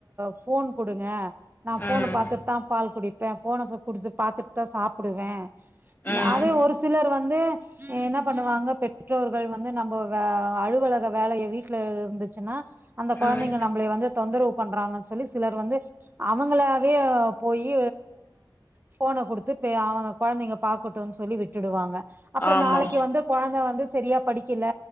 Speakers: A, on the right; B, on the left.
A: ஃபோன் குடுங்க நான் ஃபோனு
B: ம்
A: பாத்துட்டு தான் பால் குடிப்பேன் ஃபோன குடுத்து பாத்துட்டு தான் சாப்பிடுவேன்
B: ம்
A: அதே ஒரு சில ர் வந்து என்ன பண்ணுவாங்க பெற்றோர்கள் வந்து நம்போ அலுவலக வேலையை வீட்டு ல இருந்துச்சுன்னா அந்தக் கொழந்தைங்க
B: ம்
A: நம்மளை வந்து தொந்தரவு பண்றாங்க சொல்லி சிலர் வந்து அவ அவுங்களாவே போயி ஃபோன குடுத்து அவேங்க கொழந்தைங்க பாக்கட்டும்னு சொல்லி விட்டுடுவாங்க அப்புறம்
B: ஆமா
A: நாளைக்கு வந்து கொழந்த வந்து சரியா படிக்கல